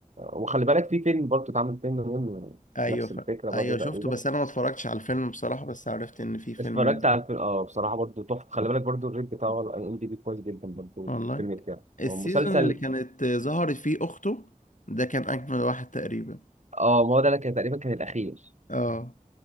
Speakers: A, on the right (about 60°); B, on the left (about 70°).
A: وخلي بالك في فيلم برضه اتعمل فيلم منه
B: ايوه
A: نفس
B: ف...
A: الفكرة برضه
B: ايوه
A: تقريبا
B: شفته بس انا ما اتفرجتش على الفيلم بصراحة بس عرفت ان في فيلم
A: اتفرجت
B: نزل
A: على الفيلم اه بصراحة برضه تحفة خلي بالك برضه الريت بتاعه على ام دي بي كويس جدا برضه
B: والله
A: في الفيلم بتاعه
B: السيزون
A: ومسلسل
B: اللي كانت ظهرت فيه اخته ده كان اجمل واحد تقريبا
A: اه ما هو ده أنا كان تقريبا كان الأخير
B: اه